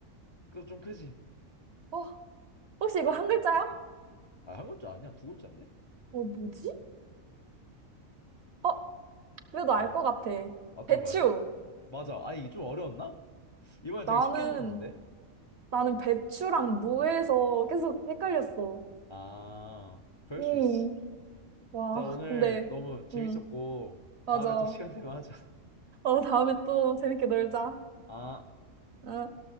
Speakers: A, on the left (about 35°); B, on the right (about 55°).
A: 그 좀 크지?
B: 어, 혹시 이거 한 글자야?
A: 아, 한 글자 아니야? 두 글자인데?
B: 어, 뭐지? 어, 그래도 알
A: 어,
B: 것 같아.
A: 어떤
B: 배추.
A: 거야? 맞아. 아니 이게 좀 어려웠나? 이번에
B: 나는,
A: 되게 쉽게 줬는데.
B: 나는 배추랑 무에서 계속 헷갈렸어.
A: 아, 그럴
B: 음,
A: 수 있어.
B: 와,
A: 나 오늘
B: 근데,
A: 너무 재밌었고,
B: 음, 맞아.
A: 다음에 또 시간 되면 하자.
B: 어, 다음에 또 재밌게 놀자.
A: 아.
B: 어.